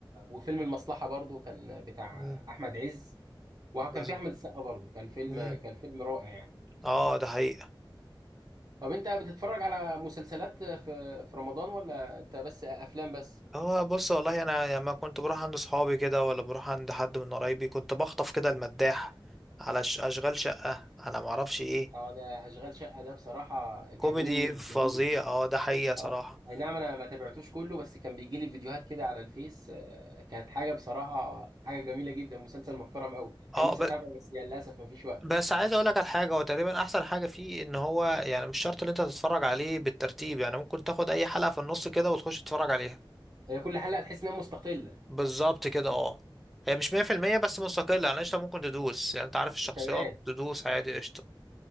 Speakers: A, on the right (about 45°); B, in the centre.
A: وفيلم المصلحة برضو كان بتاع
B: مم.
A: أحمد عز وكان
B: بالظبط
A: في أحمد السقا برضو كان فيلم
B: مم.
A: كان فيلم رائع يعني
B: اه ده حقيقة
A: طب أنت بتتفرج على مسلسلات في في رمضان ولا أنت بس أفلام بس؟
B: هو بص والله انا لما كنت بروح عند صحابي كده ولا بروح عند حد من قرايبي كنت بخطف كده المداح على ش- اشغال شقة على معرفش ايه
A: اه ده اشغال شقه ده بصراحه جميل
B: كوميدي فظيع
A: جميل
B: اه ده حقيقة صراحة
A: اه اي نعم انا ما تابعتوش كله بس كان بيجي لي فيديوهات كده على الفيس آه، كانت حاجه بصراحه حاجه جميله جدا مسلسل محترم قوي كان
B: اه
A: نفسي
B: ب...
A: اتابعه بس يعني للاسف ما فيش وقت
B: بس عايز اقول لك على حاجة هو تقريبا احسن حاجة فيه ان هو يعني مش شرط ان انت تتفرج عليه بالترتيب يعني ممكن تاخد اي حلقة في النص كده وتخش تتفرج عليها
A: هي كل حلقه تحس انها مستقله
B: بالظبط كده اه هي مش 100% بس مستقلة يعني قشطة ممكن تدوس يعني انت عارف الشخصيات
A: تمام
B: تدوس عادي قشطة